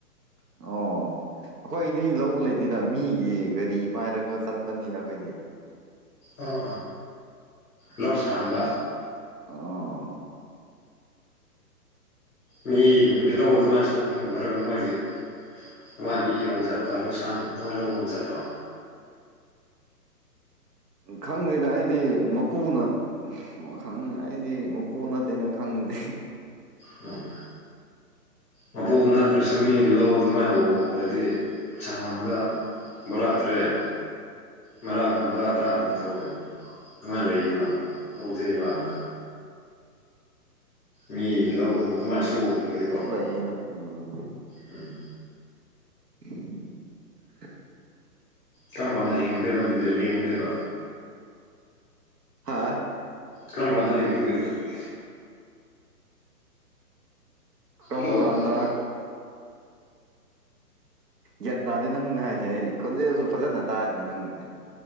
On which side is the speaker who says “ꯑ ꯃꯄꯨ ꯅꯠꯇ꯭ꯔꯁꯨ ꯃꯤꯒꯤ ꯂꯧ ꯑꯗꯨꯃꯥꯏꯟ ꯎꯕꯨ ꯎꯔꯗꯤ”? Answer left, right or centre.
Centre